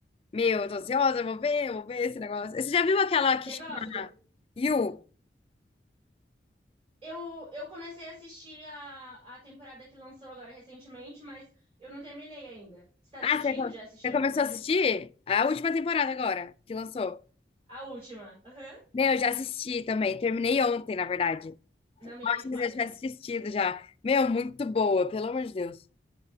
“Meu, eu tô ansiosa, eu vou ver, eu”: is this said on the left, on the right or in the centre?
Left